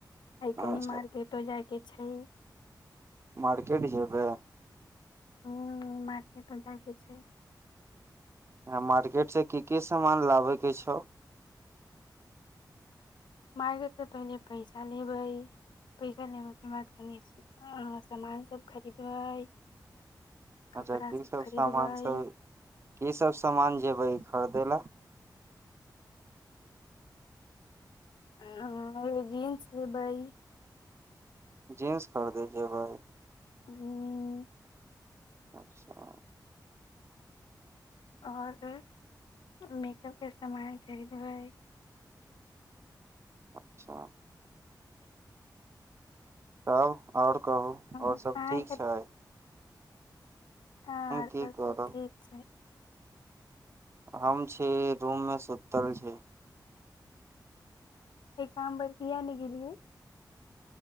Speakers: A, on the left; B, on the right.
A: आइ कनि
B: अच्छा
A: मार्केटो जाय के छै
B: मार्केट जेबै
A: उ मार्केटो जाय के छै
B: य मार्केट से की की सामान लाबे के छै
A: मारकेट स तऽ पहिले पैसा लेबै पैसा लेबऽ के बाद कनि सामान सभ खरीदबै कपड़ा
B: अच्छा कि सब
A: खरीदबै
B: सामान सब की सब समान जेबैई खरदै लए
A: हऽ जीन्स लेबए
B: जींन्स खरीदेए जेबैए
A: उ उ
B: और सब
A: और मेकअप के सामान खरीदबइ
B: अच्छा तब और कहू
A: अहाँ
B: और सब ठीक छय
A: हाँ
B: की
A: और सब
B: करब
A: ठीक छय
B: हम छी रूम में सुतल छी
A: एक्जाम भर किया नहि गेलियै